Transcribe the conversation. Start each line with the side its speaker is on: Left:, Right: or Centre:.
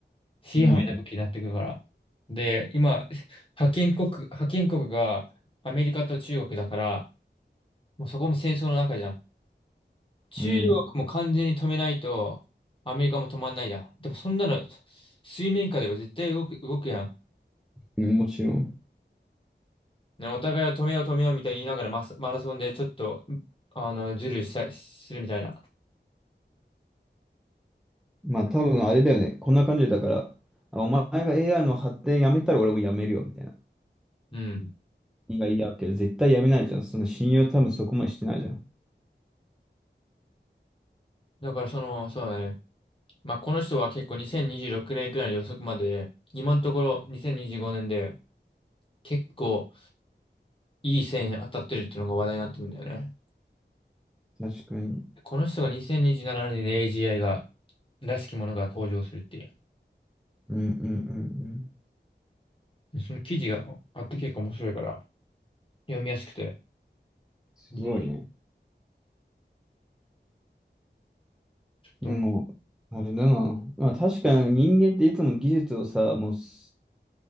Left: 支配な武器になってくるから。
Centre: うん、
Left: で、今、覇権国、覇権国がアメリカと中国だから、もうそこも戦争の中じゃん。中国も完全に止めないと、
Centre: うん、
Left: アメリカも止まんないや。でもそんなの、水面下では絶対動く、動くやん。
Centre: うんもちろん。
Left: ね、お互いを止めよう止めようみたいに言いながらマスマラソンでちょっと、うあの、ズルしたするみたいな。
Centre: まあ多分あれだよね。こんな感じだから、あお前が AI の発展やめたら俺もやめるよみたいな。
Left: うん。
Centre: 君が嫌うけど、絶対やめないじゃん。その信用多分そこまでしてないじゃん。
Left: だからその、そうだね。まあ、この人は結構2026年くねんくらいの予測まで、今のところ2025年で結構いい線当たってるっていうのが話題になってるんだよね。
Centre: 確かに。
Left: この人が2027年に AGI が、らしきものが登場するっていう。
Centre: うんうんうんうん。
Left: でその記事があって結構面白いから読みやすくて、
Centre: すごいね。
Left: ぜひちょっと、
Centre: でも、あれだな。まあ確かになんか人間っていつも技術をさ、もうす